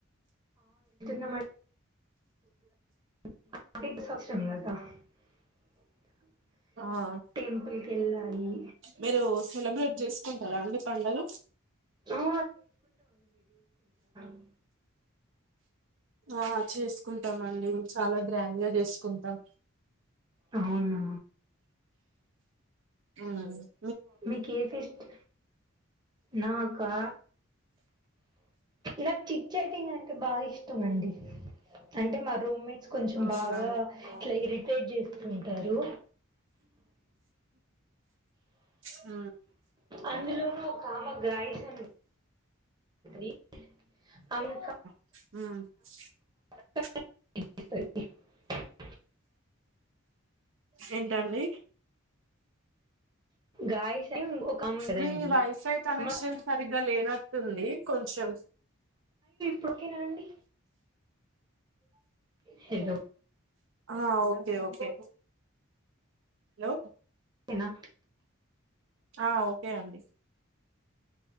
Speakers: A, on the right (about 20°); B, on the right (about 60°).
A: నామండి <unintelligible>
B: ఆ
A: టెంపుల్ కి వెళ్ళాలి
B: మీరు సేలే చేసుకుంటారా అండి పండగ
A: ఆ అ
B: ఆ చేసుకుంటాం అండి చాలా గ్రాండ్గా చేసుకుంటాం
A: అవునా
B: అవునండి
A: మీకు ఏ ఫెస్ట్ నాకా నాకు చిట్చటిన్ అంటే బాగా ఇష్టం అండి అంటే మా రూమ్మేట్ కొంచం
B: అవునా
A: బాగా ఇట్లా ఇరిటేట్ చేస్తుంటారు
B: ఆ
A: అందులోనూ ఒక ఆమె గాయసం అీ అవును కా
B: అ
A: <unintelligible>
B: ఏంటండి
A: గాయస్ అని ఒక ఆమె ఉంటదండి
B: మీ వైఫై కనెక్షన్
A: మా-
B: సరిగ్గా లేనట్టుంది కొంచెం
A: డు ఓకేనా అండి హలో
B: ఆ ఓకే ఓకే హలో
A: ఓకేనా
B: ఆ ఓకే అండి